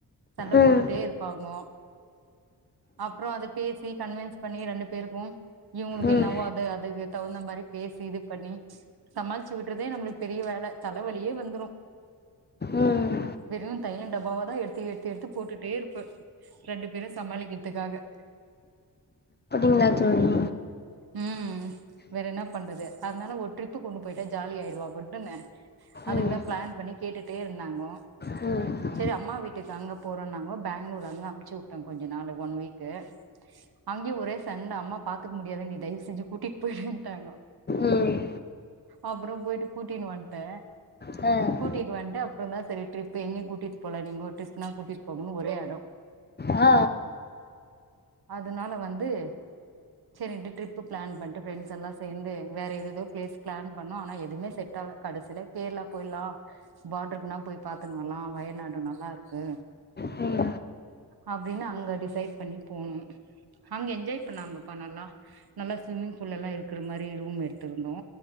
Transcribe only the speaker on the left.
ம்
ம்
ம்
ங்ளா தோழி
ம்
ம்
ம் ம்
ம்
ஆ
ம்